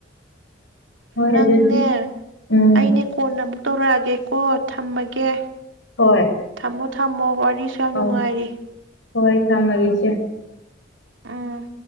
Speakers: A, on the left (about 85°); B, on the right (about 80°).
A: ꯍꯣꯏ
B: ꯅꯪꯅꯦ
A: ꯑꯗꯨꯗꯤ ꯎꯝ
B: ꯑꯩꯅꯦ ꯀꯣꯟꯅ ꯑꯃꯨꯛ ꯇꯧꯔꯛꯑꯒꯦ ꯀꯣ ꯊꯝꯃꯒꯦ꯫
A: ꯍꯣꯏ꯫
B: ꯊꯝꯃꯣ ꯊꯝꯃꯣ <unintelligible> ꯋꯥꯔꯤꯁꯨ ꯌꯥꯝ
A: ꯑꯧ
B: ꯅꯨꯡꯉꯥꯏꯔꯤ꯫
A: ꯍꯣꯏ ꯊꯝꯃꯒꯦ ꯏꯆꯦ꯫
B: ꯎꯝ꯫